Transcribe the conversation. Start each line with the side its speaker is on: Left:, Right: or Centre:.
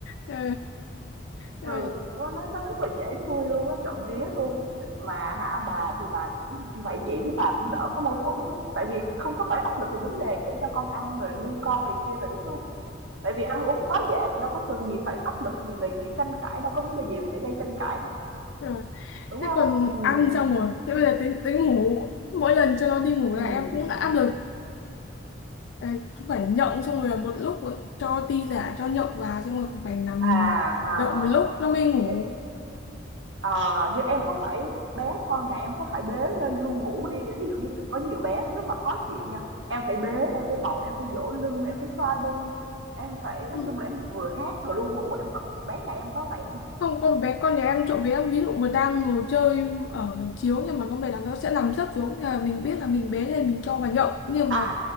Left: Ờ, ờ,
Right: Ừ, nó nó nó rất là dễ nuôi luôn á, trộm vía luôn. Mà hả bà thì bà cũng vậy chị với bà cũng đỡ có mâu thuẫn nữa, tại vì không có phải áp lực về vấn đề cho cho con ăn rồi nuôi con này kia rồi đúng không? Tại vì ăn uống quá dễ thì đâu có cần gì phải áp lực gì về tranh cãi, đâu có vấn đề gì để gây tranh cãi đâu,
Left: ờ. <laughs>
Right: đúng
Left: thế
Right: không?
Left: còn
Right: Ừm,
Left: ăn xong rồi thế bây giờ tính tính ngủ mỗi lần cho nó đi ngủ
Right: ừm.
Left: là em cũng đã áp lực Ờ, Cũng phải nhộng xong rồi một lúc cho ti giả cho nhộng vào xong rồi cũng phải nằm
Right: À, ờ,
Left: đợi một lúc nó mới ngủ
Right: thế, ờ, như em có phải bé con nhà em có phải bế lên ru ngủ đi ví dụ như có nhiều bé nó rất là khó chịu nha em phải bế em phải bồng em phải dỗ lưng em phải xoa lưng em phải nói
Left: Ừ.
Right: chung là em vừa hát vừa ru ngủ em có, bé nhà em có vậy không
Left: Không, con bé con nhà em trộm vía em ví dụ mà đang ngồi chơi ở chiếu nhưng mà con bé đó nó sẽ nằm sấp xuống thì là mình biết là mình bế lên mình cho vào nhậu nhưng
Right: à
Left: mà